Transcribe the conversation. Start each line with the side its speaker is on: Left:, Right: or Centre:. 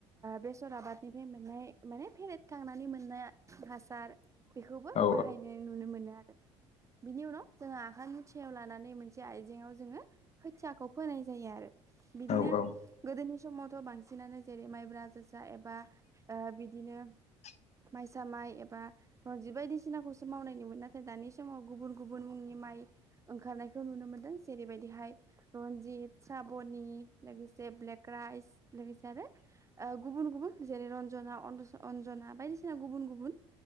Right: बेसर आबादनिफ्राय मोननाय माने फेरेद खांनानै मोननाय हासार बेखौबो
Left: औ
Right: बाहायनाय नुनो मोनो आरो बिनि उनाव जोङो आखाइ मुथियाव लानानै मोनसे आइजेंआव जोङो खोथियाखौ फोनाय जायो आरो बिदिनो
Left: औ
Right: गोदोनि समावथ' बांसिनानो जेरै माइब्रा जोसा एबा बिदिनो
Left: <inaudible>
Right: माइसा माइ एबा रनजित बायदिसिनाखौसो मावनाय नुयोमोन नाथाय दानि समाव गुबुन गुबुन मुंनि माइ ओंखारनायखौ नुनो मोनदों। जेरैबायदिहाय रन्जित साबनि लोगोसे ब्लेक राइस लोगोसे आरो गुबुन गुबुन जेरै रन्जना अन्जना बायदिसिना गुबुन गुबुन